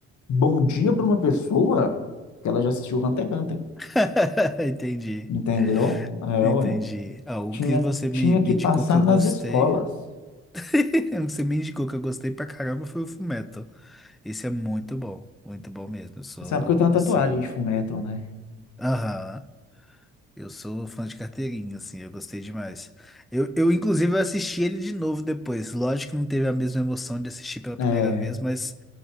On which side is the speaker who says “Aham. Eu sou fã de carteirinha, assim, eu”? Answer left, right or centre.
Centre